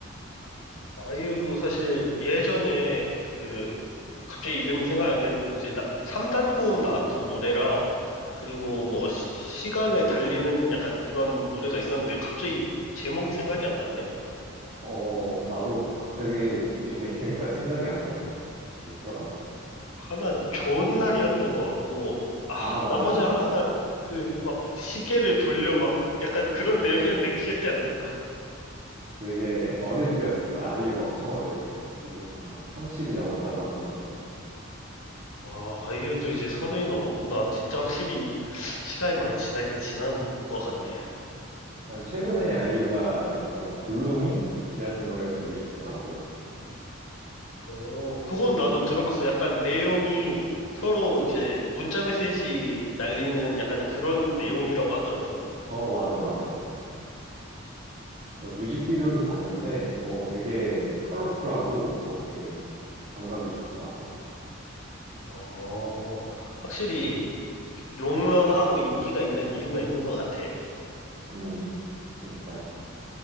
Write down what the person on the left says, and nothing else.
아이유도 사실 예전에 그 갑자기 이름이 생각 안 나는데 이제 나, 3단 고음 나왔던 노래랑 그리고 뭐 시- 시간을 달리는 약간 그런 노래가 있었는데 갑자기 제목이 생각이 안 나네.
하나는 좋은 날이었던 것 같고, 아,
나머지
하다가 그 막 시계를 돌려 막 약간 그런 내용이었는데 기억이 안 난다.
와, 아이유도 이제 서른이 넘었구나. 진짜 확실히 시간이 많이 지나긴 지난 것 같네.
어, 그건 나도 들어봤어. 약간 내용이 서로 이제 문자 메시지 날리는 약간 그런 내용이라고 하더라고.
어, 확실히 롱런하고 인기가 있는 이유가 있는 것 같아.